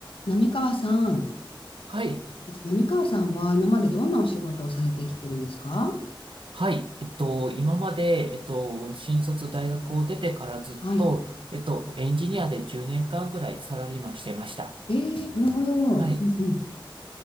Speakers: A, on the left; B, on the right.
A: 滑川さん、
B: はい。
A: えっと、滑川さんは今までどんなお仕事をされてきてるんですか
B: はい。えっと、今まで、えっと、新卒大学を出てからずっと、
A: はい。
B: えっと、エンジニアで10年間ぐらいサラリーマンしてました。
A: えー、なるほど。
B: はい。
A: うんうん。